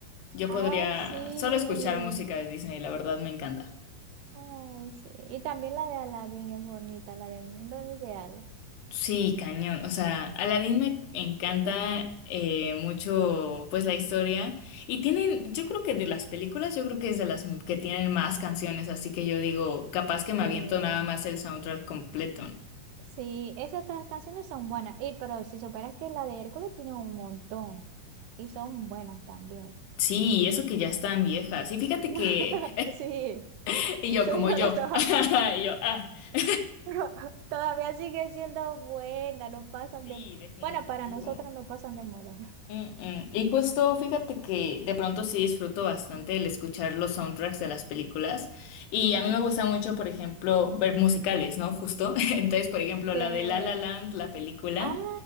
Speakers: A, on the left; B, on the right.
A: Yo podría
B: ay, sí.
A: solo escuchar música de Disney, la verdad me encanta.
B: Ay, sí. Y también la de Aladdin es bonita, la de Mundo Ideal.
A: Sí, cañón. O sea, Aladdin me encanta eh, mucho, pues la historia. Y tienen, yo creo que de las películas, yo creo que es de las que tienen más canciones, así que yo digo, capaz que me
B: Sí.
A: aviento nada más el soundtrack completo.
B: Sí, esas tres canciones son buenas. Y pero si superas que la de Hércules tiene un montón. Y son buenas también.
A: Sí, y eso que ya están viejas. Y fíjate
B: <laughs>
A: que,
B: Sí,
A: <laughs> y yo
B: señora,
A: como yo,
B: to-
A: <laughs> y yo, ah. <laughs>
B: <laughs> todavía sigue siendo buena, no pasan
A: Sí,
B: de...
A: definitivo.
B: Bueno, para nosotros no pasan de moda.
A: Mm, mm. Y justo fíjate que de pronto sí disfruto bastante el escuchar los soundtracks de las películas y
B: <laughs>
A: a mí
B: Ajá.
A: me gusta mucho, por ejemplo, ver musicales, ¿no? Justo. <laughs> Entonces, por ejemplo,
B: Sí.
A: la de La La Land, la película.
B: Ah,